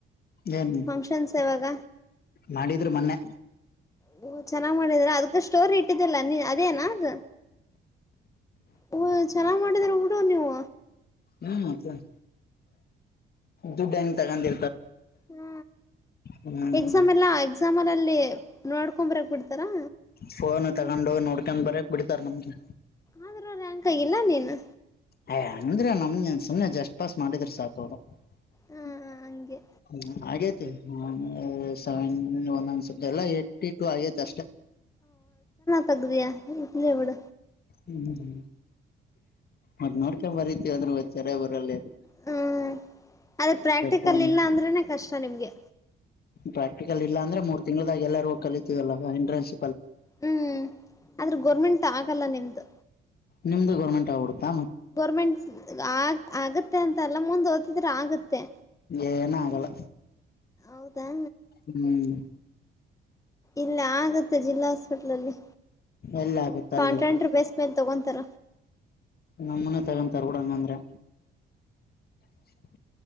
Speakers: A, on the left; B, on the left.
A: ಏನ್
B: ಫಂಕ್ಷನ್ಸ್ ಯಾವಾಗ
A: ಮಾಡಿದ್ರು ಮೊನ್ನೆ
B: ಹಓ ಚೆನ್ನಾಗ್ ಮಾಡಿದ್ರ ಅದ್ಕ ಸ್ಟೋರಿ ಇಟ್ಟಿದ್ದಲ್ಲ ನೀ ಅದೇನ ಅ ಹಓ ಚೆನ್ನಾಗ್ ಮಾಡಿದಾರ ಡು ನೀವು
A: ಹ್ಮ್. ದುಡ್ಡಂಗ ತಗೊಂಡಿ
B: ಹ್ಮ
A: ಹ್ಮ್
B: ಎಕ್ಸಾಮ್ ಎಲ್ಲಾ ಎಕ್ಸಾಮ್ ಅಲ್ಲಿ ಲ್ಲಿ ನೋಡ್ಕೊಂಬರಕ್ ಬಿಡ್ತಾರಾ
A: ಫೋನ್ ತಗೊಂಡು ನೋಡ್ ಬರಕ್ ಬಿಡ್ತಾರೆ ನಮ್ಗೆ
B: ಆದ್ರೆ ರ್ಯಾಂಕ್ ಎಲ್ಲ ನೀನು
A: <unintelligible> ಅಂದ್ರ ನಮ್ನ್ ಸುಮನೆ ಜಸ್ಟ್ ಪಾಸ್ ಮಾಡಿದ್ರ ಸಾಕರು
B: ಹಾ
A: ಹ್ಮ
B: ಹಂಗೆ
A: ಹ್ಮ ಹಾಗೇತಿ ನ ಸೆವೆನ್ ಒಂದೊಂದಸ ಎಲ್ಲಾ ಏ ರೈಟ್ಸಿಟ್ವೋ ಆಗ್ತಾ ಅಷ್ಟ
B: ತದ್ದಿಯಾ ಇಲ್ಲಿ ಎವಡ
A: ಹ್ಮ್ ಹ್ಮ್ ಮತ್ತ ನೋಡ್ಕೊಂಡ ಬರತಿದ್ರೂ ಚೆನ್ನಾಗ್ ಬರೆಯಲೇನು
B: ಹ್ಮ್ ಅದ ಪ್ರಾಕ್ಟಿಕಲ್
A: ಫೋನ್
B: ಇಲ್ಲ ಅಂದ್ರನೆ ಕಷ್ಟ ನಿಮ್ಗೆ
A: ಪ್ರಾಕ್ಟಿಕಲ್ ಇಲ್ಲ ಅಂದ್ರೆ ಮೂರ್ ತಿಂಗ್ ಎಲ್ಲಾರಗ ಕಲಿತೀವಲ್ಲ ಎಂ್ರೆನ್ಸ್
B: ಹ್ಮ್ ಆದ್ರೆ ಗೋರ್ಮೆಂಟ್ ಆಗಲ್ಲ ನಿಮ್ದು
A: ನಿಮ್ದು ಗೋರ್ಮೆಂಟ್ ಆಡುತ್ತಾ
B: ಗೋರ್ಮೆಂಟ್ ಆ ಆಗತ್ತೆ ಅಂತಲ್ಲ ಮುಂದ ಓದ್ತಿದ್ರೆ ಆಗತ್ತೆ
A: ಏನ ಆಗಲ್ಲ
B: ಹೌದಾ
A: ಹ್ಮ್
B: ಇಲ್ಲ ಆಗತ್ತ ಜಿಲ್ಲಾ ಹಾಸ್ಪಿಟ್ಲಲ್ಲಿ
A: ಎಲ್ಲ ಆಗುತ್ತೆ
B: ಕಾಂಟ್ರಾಂಟರ್
A: ಅಲ್ಲಿ
B: ಬೇಸ್ ಮೇಲ್ ತಗೊಂತಾರ
A: ನಮ್ಮನ ತರಂ ಕರ್ಗಡಂಗಂದ್ರೆ <inaudible>